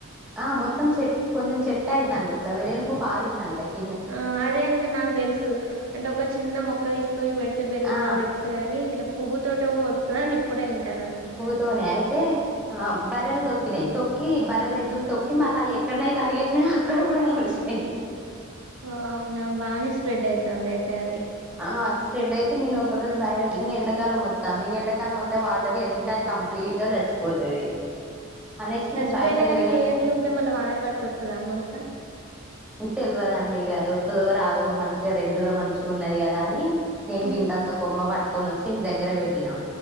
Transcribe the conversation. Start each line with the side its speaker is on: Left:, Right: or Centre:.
Centre: ఆ మొత్తం సెట్ కొంచెం చెట్ అయితదండి ఇట్లా వెడేలుపు పారిందంట ఏక్
Right: ఆ అదే అంటే నాగ్ దేల్సు. అంటే ఒక చిన్న మొక్క తీసుక ఓయ్ పెడితే పెరుగుతదని
Centre: ఆ
Right: దెలుసుగాని ఇట్లా పువ్వు తోటే ఓర్పుతాదని. ఇప్పుడే ఇటన్నా నేను.
Centre: తోనే అయితే ఆ బర్రెలు తొక్కినాయి తొక్కి బర్రలు ఎద్దులు తొక్కి మళ్ళీ అయ్యి ఎక్కడనైతే అడిగేసినయో అక్కడ కూడా మోలిసినాయి
Right: ఓ అవునా బానే స్ప్రెడ్ అయితంది అయితే అది
Centre: ఆ స్ట్రెడ్ అయితే నేను ఒక రరోజు బాయి ఇంగ ఎండాకాలం ఒత్తంది ఇంగ ఎండకాలం ఒత్తె వాటర్ లే కుంటే అది కంప్లీట్ గా చచ్చిపోతది అనేసి
Right: చచ్చపోయినా
Centre: నేను బయటకాడికి
Right: కానీ
Centre: పోయినప్పుడు
Right: ఏర్లు ఉంటే మళ్ళా వానలు పడుతొత్తదా మోలక
Centre: తెల్వదండిగా ఉత్తదో రాదో మంచిగా రెడ్డుగా మంచిగా ఉన్నది కదా అని నేను
Right: ఉమ్,
Centre: గింతంత కొమ్మ పట్టుకొనోచ్చి ఇంటి దగ్గర పెట్టినా